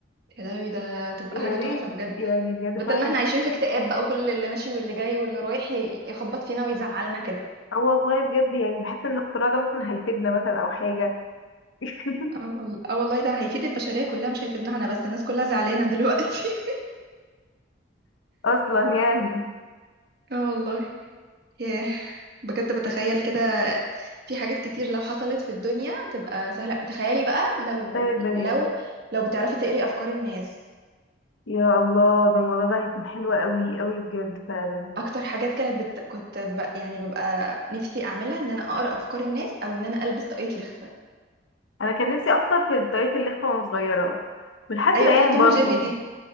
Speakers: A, on the right (about 55°); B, on the left (about 80°).
A: يا لهوي ده تبقى
B: يا
A: حاجه
B: ريت
A: تحفه بجد
B: يعني بجد
A: بدل
B: فعلا
A: ما احنا عايشين في اكتئاب بقى وكل اللي ماشي واللي جاي واللي رايح ي- يخبط فينا ويزعلنا كده
B: اه والله بجد يعني بحس ان الاختراع ده مثلا هيفيدنا مثلا او حاجة <laughs>
A: اه والله اه والله ده هيفيد البشريه كلها مش هيفيدنا احنا بس الناس كلها زعلانه دلوقتي <laughs>
B: اصلا يعني
A: اه والله ياه بجد بتخيل كده في حاجات كتير لو حصلت في الدنيا تبقى سهلة تخيلي بقى لو
B: سهل الدنيا
A: لو لو بتعرفي تقري أفكار الناس
B: يا الله ده الموضوع ده هيكون حلو قوي قوي بجد فعلا
A: أكتر حاجات كانت بت... كنت ب... يعني ببقى نفسي أعملها إن أنا أقرأ أفكار الناس أو إن أنا ألبس طاقية لخفة
B: انا كان نفسي اكتر في الدايت اللي وانا صغيرة ولحد
A: أيوة
B: الان
A: بتاعت توم
B: برضو
A: وجيري دي